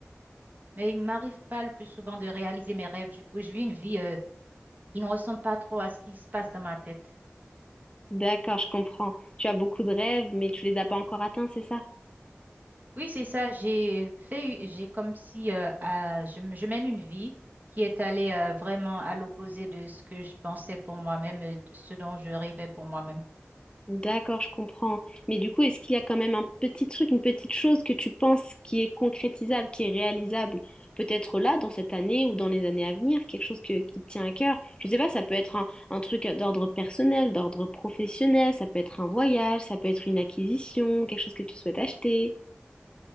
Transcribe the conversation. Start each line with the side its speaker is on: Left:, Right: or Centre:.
Right: mais il m'arrive pas le plus souvent de réaliser mes rêves. Du coup, je vis une vie euh, qui ne ressemble pas trop à ce qui se passe dans ma tête.
Left: D'accord, je comprends. Tu as beaucoup de rêves, mais tu les as pas encore atteints, c'est ça?
Right: Oui, c'est ça, j'ai fait, j'ai comme si euh, à- je, m- je mène une vie qui est allée euh, vraiment à l'opposé de ce que je pensais pour moi-même, euh, de ce dont je rêvais pour moi-même.
Left: D'accord, je comprends. Mais du coup, est-ce qu'il y a quand même un petit truc, une petite chose que tu penses qui est concrétisable, qui est réalisable, peut-être là, dans cette année ou dans les années à venir, quelque chose que- qui te tient à cœur? Je sais pas, ça peut être un, un truc d'ordre personnel, d'ordre professionnel, ça peut être un voyage, ça peut être une acquisition, quelque chose que tu souhaites acheter.